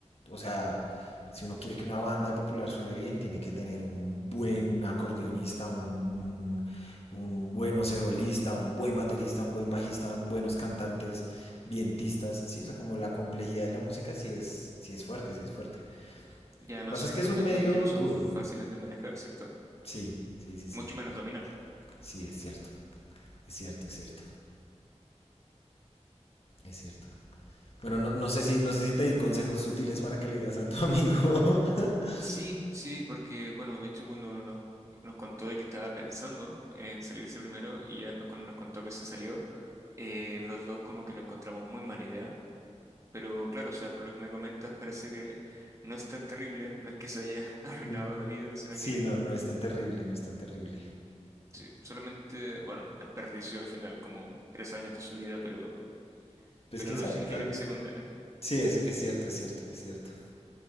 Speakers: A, on the left; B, on the right.
A: O sea, si uno quiere que una banda de popular suene bien, tiene que tener un buen acordeonista, un, un, un buen oserolista, un buen baterista, un buen bajista, buenos cantantes, vientistas. Sí, o sea, como la complejidad de la música sí es, sí es fuerte, sí es fuerte.
B: Y además
A: Lo que pasa
B: son
A: es que
B: instrumentos
A: es un medio
B: que no son
A: duro.
B: fáciles de manejar, ¿cierto?
A: Sí, sí, sí, sí.
B: Mucho menos dominar.
A: Sí, es cierto. Es cierto, es cierto. Es cierto. Bueno, no, no sé si, no sé si te di consejos útiles para que le digas a tu amigo. <laughs>
B: Sí, sí, porque, bueno, de hecho cuando nos, nos contó de que estaba pensando en salirse primero y ya después cuando nos contó que se salió, eh, los dos como que lo encontramos muy mala idea. Pero claro, o sea, por lo que me comentas, parece que no es tan terrible, no es que se haya <laughs> arruinado
A: No,
B: la vida, sino
A: Sí,
B: que
A: no, no es tan terrible, no es tan terrible.
B: sí, solamente, bueno, desperdició al final como tres años de su vida, pero,
A: Pues
B: pero
A: quién
B: no
A: sabe,
B: significa
A: tal
B: que
A: vez.
B: se condene.
A: Sí, es, es cierto, es cierto, es cierto.